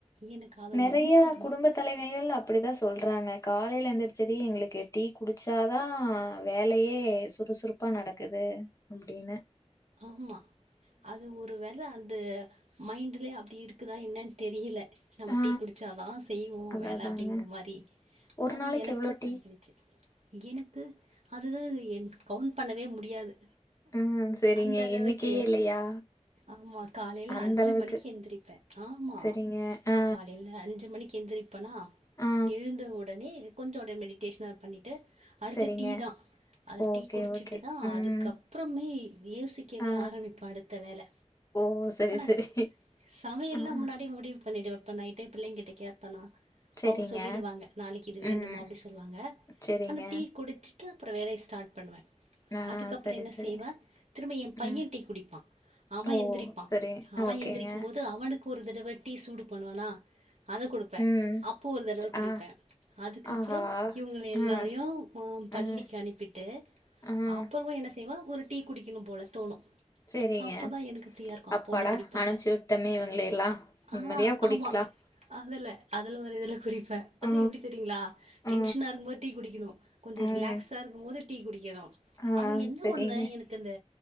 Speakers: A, on the right (about 80°); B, on the left (about 30°).
A: எனக்கு அது
B: நெறையா
A: ரொம்ப ஒரு மாதிரி
B: குடும்ப
A: இருக்கும்.
B: தலைவிகள் அப்டி தான் சொல்றாங்க காலையில எந்திரிச்சதியு எங்குளுக்கு டீ குடிச்சா தா வேலையே சுறுசுறு சுறுசுறுப்பா நடக்குது அப்டின்னு
A: ஆமா அது ஒரு வேல அது மைண்ட்லயே அப்டி இருக்குதா என்னன்னு தெரியல நம்ம
B: ஆ
A: டீ குடிச்சாதா செய்வோம்
B: அதான்
A: வேலை
B: அதாங்க.
A: அப்டிங்கிற மாரி
B: ஒரு
A: அது
B: நாளைக்கு
A: எனக்கு
B: எவ்ளோ டீ?
A: பழகிடுச்சு எனுக்கு அதுது என் கவுண்ட் பண்ணவே முடியாது
B: உம் சரிங்க
A: அந்த அளவுக்கு
B: எண்ணிக்கையே இல்லையா
A: ஆமா காலையில
B: அந்த
A: அஞ்சு
B: அளவுக்கு.
A: மணிக்கு எந்திரிப்பே ஆமா
B: சரிங்க. ஆ,
A: காலையில அஞ்சு மணிக்கு எந்திரிப்பே அப்பனா
B: ஆ.
A: எழுந்த உடனே கொஞ்சோ அப்டே மெடிட்டேஷன பண்ணிட்டு அடுத்து
B: சரிங்க.
A: டீ தா அத
B: ஓகே,
A: டீ குடிச்சிட்டுதா
B: ஓகே. ம்.
A: அதுக்கப்றமே யோசிக்கவே
B: ஆ.
A: ஆரம்பிப்பே அடுத்த வேல
B: ஓ! சரி,
A: ஆனாச்
B: சரி.
A: சமையல்லா
B: அ, அ.
A: முன்னாடியே முடிவுப் பண்ணிட்டுவப்பேன் நைட்டே பிள்ளைங்கிட்ட கேப்பண்ணா
B: சரிங்க.
A: அவுங்க சொல்லிடுவாங்க நாளைக்கு இது வேண்டும்
B: ம்.
A: அப்டி சொல்லுவாங்க
B: சரிங்க.
A: அந்த டீ குடிச்சு அப்றோ வேலயை ஸ்டார்ட் பண்ணுவேன்
B: ஆ
A: அதுக்கப்றோம்
B: சரி,
A: என்ன
B: சரி.
A: செய்வேன் திரும்ப எ பையே
B: ம்.
A: டீ குடிப்பா அவே
B: ஓ!
A: எந்திரிப்பா
B: சரி.
A: அவே
B: ஓகேங்க.
A: எந்திரிக்கும் போது அவனுக்கு அப்ப ஒரு தடவ டீ சூடு பண்ணுவானா அத குடுப்பே
B: ம்.
A: அப்போ ஒரு தடவ குடிப்பே
B: ஆ,
A: அதுக்கப்புறோ
B: ஆஹா!
A: இவங்கள எல்லாரையும்
B: ம்,
A: பள்ளிக்கு
B: ம்,
A: அனுப்பிட்டு
B: ம்.
A: அப்பவும் என்ன செய்வே ஒரு டீ குடிக்கணும் போல தோணூ
B: சரிங்க.
A: அப்பதா எனக்கு ஃப்ரீயா இருக்கும்
B: அப்பாடா!
A: அப்ப ஒண்ணு குடிப்பே
B: அனுப்பிச்சு விட்டோமே இவங்களையெல்லாம். நிம்மதியா
A: ஆ
B: குடிக்கலாம்.
A: ஆமா அதல்ல அதுல ஒரு இதுல குடிப்பே அது
B: ஆ,
A: எப்டி தெரியுங்களா
B: ஆ,
A: டென்ஷனா இருக்கும்போது டீ குடிக்கணும் கொஞ்ச
B: ம்.
A: ரிலாக்ஸா இருக்கும்போது டீ குடிக்கணு
B: ஆ,
A: ஆனால் என்ன
B: சரிங்க.
A: ஒன்னு எனக்கு அந்த